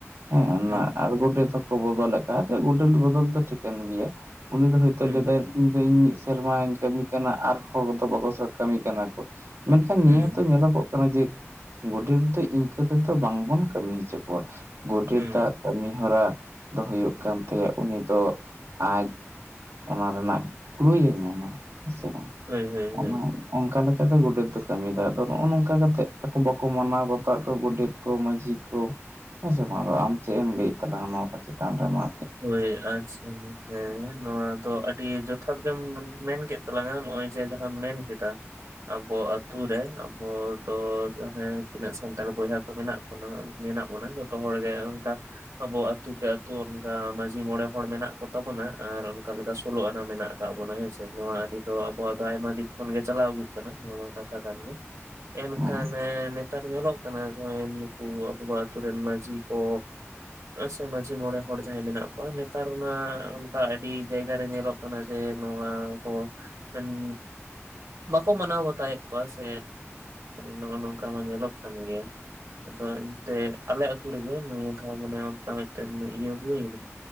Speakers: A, on the right; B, on the right.
A: ᱦᱮᱸ
B: ᱦᱩᱸ
A: ᱟᱨ ᱜᱳᱰᱮᱛ ᱦᱚᱸᱠᱚ ᱵᱚᱫᱚᱞ ᱞᱮᱠᱟ ᱡᱮ ᱜᱳᱰᱮᱛ ᱵᱚᱫᱚᱞ ᱫᱚ ᱴᱷᱤᱠᱟᱹᱱ ᱜᱮᱭᱟ᱾ ᱩᱱᱤ ᱫᱚ ᱦᱚᱭᱛᱳ
B: ᱦᱩᱸ
A: ᱞᱟᱹᱭᱫᱟᱭ ᱤᱧ ᱫᱚ ᱤᱧ ᱥᱮᱨᱢᱟᱧ ᱠᱟᱹᱢᱤ ᱠᱟᱱᱟ ᱟᱨ ᱦᱚᱲ ᱠᱚᱫᱚ ᱵᱟᱠᱚ ᱠᱟᱹᱢᱤ ᱠᱟᱱᱟ ᱠᱚ᱾ ᱢᱮᱱᱠᱷᱟᱱ ᱱᱤᱭᱟᱹ
B: ᱦᱩᱸ
A: ᱦᱚᱸᱛᱚ ᱧᱮᱞᱚᱜᱚᱜ ᱠᱟᱱᱟ ᱡᱮ ᱜᱚᱰᱮᱛ ᱫᱚ ᱤᱱᱠᱟᱹ ᱛᱮᱫᱚ ᱵᱟᱝᱵᱚᱱ ᱠᱟᱹᱢᱤ ᱦᱚᱪᱚ ᱠᱚᱣᱟ᱾ ᱜᱚᱰᱮᱛᱟᱜ
B: ᱦᱩᱸ
A: ᱠᱟᱹᱢᱤ ᱦᱚᱨᱟ ᱫᱚ ᱦᱩᱭᱩᱜ ᱠᱟᱱ ᱛᱟᱭᱟ ᱩᱱᱤ ᱫᱚ ᱟᱡ ᱚᱱᱟ ᱨᱮᱱᱟᱜ ᱠᱩᱲᱩᱭᱮᱢ ᱧᱟᱢᱟ ᱦᱮᱸ ᱥᱮ ᱵᱟᱝ
B: ᱦᱳᱭ ᱦᱳᱭ
A: ᱚᱱᱟ
B: ᱦᱳᱭ
A: ᱚᱱᱠᱟ ᱞᱮᱠᱟᱛᱮ ᱜᱚᱰᱮᱛ ᱫᱚ ᱠᱟᱹᱢᱤᱭᱫᱟ ᱟᱫᱚ ᱱᱚᱜᱼᱚ ᱱᱚᱝᱠᱟ ᱠᱟᱛᱮ ᱟᱠᱚ ᱵᱟᱠᱚ ᱢᱟᱱᱟᱣ ᱵᱟᱛᱟᱣᱟᱜ ᱠᱚᱣᱟ ᱜᱚᱰᱮᱛ ᱠᱚ ᱢᱟᱺᱡᱷᱤ ᱦᱮᱸ ᱥᱮᱮ ᱵᱟᱝ ᱫᱚ ᱟᱢ ᱪᱮᱫ ᱮᱢ ᱞᱟᱹᱭᱮᱫ ᱛᱟᱞᱟᱝᱟ ᱱᱚᱣᱟ ᱠᱚ ᱪᱮᱛᱟᱱ ᱨᱮᱢᱟ?
B: ᱦᱳᱭ ᱟᱪᱪᱷᱟ ᱦᱮᱸ ᱱᱚᱣᱟ ᱫᱚ ᱟᱹ ᱟᱹᱰᱤ ᱡᱚᱛᱷᱟᱛ ᱜᱮᱢ ᱢᱮᱱ ᱠᱮᱫ ᱛᱟᱞᱟᱝ-ᱟ ᱱᱚᱜ-ᱚᱭ ᱡᱮ ᱡᱟᱦᱟᱢ ᱢᱮᱱ ᱠᱮᱫᱟ ᱟᱵᱚ ᱟᱛᱩᱨ ᱨᱮ ᱟᱵᱚ ᱫᱚ ᱡᱟᱦᱟᱸ ᱛᱤᱱᱟᱹᱜ ᱥᱟᱱᱛᱟᱲ ᱵᱚᱭᱦᱟ ᱠᱚ ᱢᱮᱱᱟᱜ ᱵᱚᱱᱟ ᱢᱮᱱᱟᱜ ᱵᱚᱱᱟ ᱡᱚ ᱡᱚᱛᱚ ᱦᱚᱲ ᱜᱮ ᱚᱱᱠᱟ ᱟᱵᱚ ᱟᱹᱛᱩ ᱠᱮ ᱟᱹᱛᱩ ᱚᱱᱠᱟ ᱢᱺᱡᱷᱤ ᱢᱚᱬᱮ ᱦᱚᱲ ᱢᱮᱱᱟᱜ ᱠᱚᱛᱟ ᱵᱚᱱᱟ ᱟᱨ ᱚᱱᱠᱟ ᱞᱮᱠᱟ ᱥᱳᱞᱳ ᱟᱱᱟ ᱢᱮᱱᱟᱜ ᱟᱠᱟᱜ ᱵᱚᱱᱟ ᱦᱮᱸᱥᱮ ᱱᱚᱣᱟ ᱟᱹᱨᱤ ᱫᱚ ᱟᱵᱚᱣᱟᱜ ᱫᱚ ᱟᱭᱢᱟ ᱫᱤᱱ ᱠᱷᱚᱱ ᱜᱮ ᱪᱟᱞᱟᱣ ᱟᱹᱜᱩ ᱱᱚᱣᱟ ᱠᱟᱛᱷᱟ ᱠᱟᱱ ᱜᱮ ᱮᱱᱠᱷᱟᱱ
A: ᱦᱮᱸ
B: ᱱᱮᱛᱟᱨ ᱧᱮᱞᱚᱜ ᱠᱟᱱᱟ ᱡᱟᱸ ᱱᱩᱠᱩ ᱟᱵᱚ ᱟᱛᱩᱨ ᱨᱮᱱ ᱢᱟᱹᱡᱷᱤ ᱠᱚ ᱥᱮ ᱢᱟᱹᱡᱷᱤ ᱢᱚᱬᱮ ᱦᱚᱲ ᱡᱟᱦᱟᱸᱭ ᱢᱮᱱᱟᱜ ᱠᱚᱣᱟ ᱱᱮᱛᱟᱨ ᱢᱟ ᱚᱱᱠᱟ ᱟᱹᱰᱤ ᱡᱟᱭᱜᱟᱨ ᱨᱮ ᱧᱮᱞᱚᱜ ᱠᱟᱱᱟ ᱡᱮ ᱱᱚᱣᱟ ᱠᱚ <unintelligible> ᱵᱟᱠᱚ ᱢᱟᱱᱟᱣ ᱵᱟᱛᱟᱣᱮᱜ ᱠᱚᱣᱟ ᱥᱮ ᱱᱚᱜᱼᱚ ᱱᱚᱝᱠᱟ ᱢᱟ ᱧᱮᱞᱚᱜ ᱠᱟᱱ ᱜᱮᱭᱟ ᱟᱫᱚ ᱮᱱᱛᱮᱜ ᱟᱞᱮ ᱟᱛᱳ ᱨᱮᱜᱮ ᱱᱤᱭᱟᱹ ᱫᱷᱟ ᱢᱟᱱᱮ ᱚᱱᱠᱟ ᱢᱤᱫᱴᱮᱱ ᱤᱭᱟᱹ ᱦᱩᱭ ᱮᱱᱟ